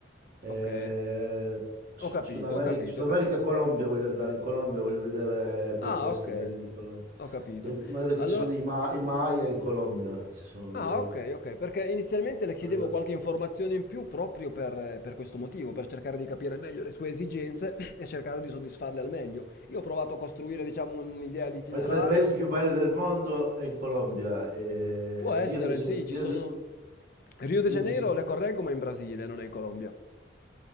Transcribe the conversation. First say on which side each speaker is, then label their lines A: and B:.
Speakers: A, on the right; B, on the left.
A: eh,
B: Ok,
A: Su-
B: ho capito,
A: Sud America,
B: ho capito,
A: Sud
B: ho
A: America,
B: capito.
A: Colombia, voglio andare in Colombia, voglio vedere quei
B: Ah,
A: posti
B: ok,
A: belli in Colombia.
B: ho capito.
A: Eh, Mi ha detto che
B: Allora,
A: ci sono i, Ma- i Maya in Colombia, ci sono,
B: ah,
A: vero?
B: ok, ok, perché inizialmente le chiedevo
A: Mi ha detto
B: qualche informazione in più proprio per, per questo motivo, per cercare di capire meglio le sue esigenze <clears throat> e cercare di soddisfarle al meglio. Io ho provato a costruire, diciamo, un'idea di itinerario.
A: mi ha detto che il paese più bello del mondo è in Colombia, eh,
B: Può essere,
A: Rio de Janeiro.
B: sì,
A: Rio
B: ci sono...
A: de-
B: Rio de
A: Rio
B: Janeiro,
A: de Ja-
B: le correggo, ma in Brasile, non è in Colombia.